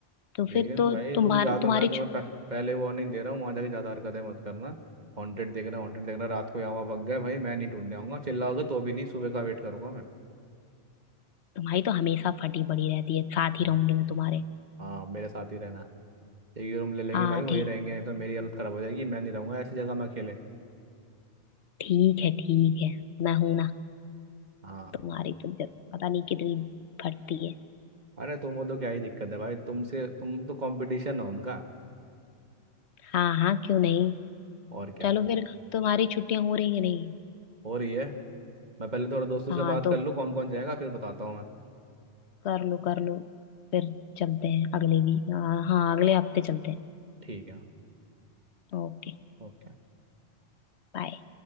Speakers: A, on the left (about 80°); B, on the right (about 45°).
A: तो
B: लेकिन
A: फिर तो
B: भाई
A: तुम्हार
B: तुम ज़्यादा
A: तुम्हारी
B: मैं तुम्हें
A: छु-
B: पह, पहले वार्निंग दे रहा हूँ वहाँ जाके ज़्यादा हरकतें मत करना हॉन्टेड देख रहा हॉन्टेड देख रहा रात को यहाँ वहाँ भग गए भाई मैं नहीं ढूंढने आऊंगा चिल्लाओगे तो भी नहीं सुबह का वेट करूंगा मैं
A: तुम्हारी तो हमेशा फटी पड़ी रहती है साथ ही
B: हाँ
A: रहूंगी मैं तुम्हारे
B: हाँ, मेरे साथ ही रहना एक रूम ले लेंगे
A: हाँ
B: भाई वहीं
A: ठीक
B: रहेंगे नहीं तो मेरी हालत खराब हो जाएगी मैं नहीं रहूंगा ऐसी जगह में अकेले
A: ठीक है ठीक है मैं हूं ना
B: हाँ
A: तुम्हारी तो जब पता नहीं कितनी फटती है
B: अरे तुम हो तो क्या ही दिक्कत है भाई तुमसे तुम तो कंपटीशन हो उनका
A: हाँ हाँ क्यों नहीं
B: और क्या
A: चलो फिर तुम्हारी छुट्टियां हो रही है नहीं
B: हो रही है मैं पहले थोड़ा दोस्तों
A: हाँ
B: से बात
A: तो
B: कर लूँ कौन कौन जाएगा फिर बताता हूँ मैं
A: कर लो कर लो फिर चलते हैं अगले भी हाँ हाँ, अगले हफ्ते चलते हैं
B: ठीक है
A: ओके
B: ओके
A: बाय